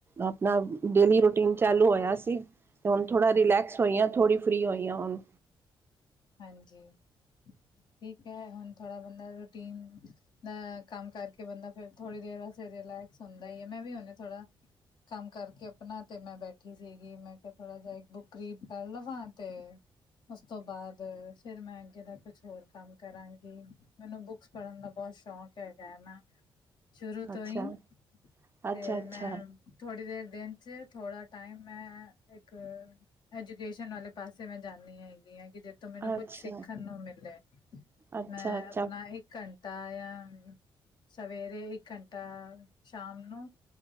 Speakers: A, on the right; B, on the left.
A: ਆਪਣਾ, ਡੇਲੀ ਰੂਟੀਨ ਚਾਲੂ ਹੋਇਆ ਸੀ। ਹੁਣ ਥੋੜਾ
B: ਹਾਂਜੀ
A: ਰਿਲੈਕਸ ਹੋਈਆਂ। ਥੋੜੀ ਫਰੀ ਹੋਈਆਂ ਹੁਣ।
B: ਹਾਂਜੀ ਠੀਕ ਹੈ, ਹੁਣ ਥੋੜਾ ਬੰਦਾ ਰੂਟੀਨ। ਅ ਕੰਮ ਕਰਕੇ ਬੰਦਾ ਫੇਰ ਥੋੜੀ ਦੇਰ ਵਾਸਤੇ ਰਿਲੈਕਸ ਹੁੰਦਾ ਹੀ ਹੈ। ਮੈਂ ਵੀ ਉਹਨੇ ਥੋੜਾ। ਕੰਮ ਕਰਕੇ ਆਪਣਾ ਤੇ ਮੈਂ ਬੈਠੀ ਸੀਗੀ। ਮੈਂ ਕਿਹਾ ਥੋੜਾ ਜਿਹਾ ਇੱਕ ਬੁੱਕ, ਰੀਡ ਕਰ ਲਵਾਂ ਤੇ। ਉਸ ਤੋਂ ਬਾਅਦ- ਫਿਰ ਮੈਂ ਅੱਗੇ ਦਾ ਕੁਛ ਹੋਰ ਕੰਮ ਕਰਾਂਗੀ, ਮੈਨੂੰ ਬੁੱਕਸ ਪੜ੍ਹਨ ਦਾ ਬਹੁਤ ਸ਼ੌਂਕ ਹੈਗਾ ਹੈ ਨਾ ਸ਼ੁਰੂ ਤੋਂ
A: ਅੱਛਾ
B: ਹੀ,
A: ਅੱਛਾ
B: ਤੇ
A: ਅੱਛਾ
B: ਮੈਂ- ਥੋੜ੍ਹੀ ਦੇਰ ਦਿਨ 'ਚ ਥੋੜਾ ਟਾਈਮ ਮੈਂ, ਇੱਕ ਐਜੂਕੇਸ਼ਨ ਵਾਲੇ ਪਾਸੇ ਮੈਂ ਜਾਂਦੀ ਹ ਹੈਗੀ ਆ ਕਿ ਤੋਂ ਮੈਨੂੰ ਕੁਛ
A: ਅੱਛਾ
B: ਸਿੱਖਣ ਨੂੰ ਮਿਲੇ
A: ਅੱਛਾ
B: ਮੈਂ
A: ਅੱਛਾ
B: ਆਪਣਾ ਇੱਕ ਘੰਟਾ ਜਾਂ, ਸਵੇਰੇ ਇੱਕ ਘੰਟਾ ਸ਼ਾਮ ਨੂੰ-